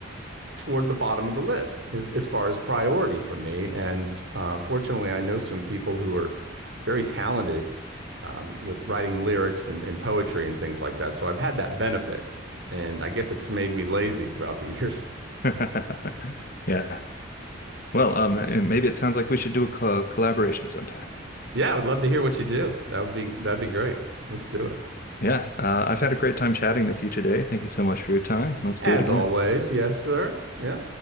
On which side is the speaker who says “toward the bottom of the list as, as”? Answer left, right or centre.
Right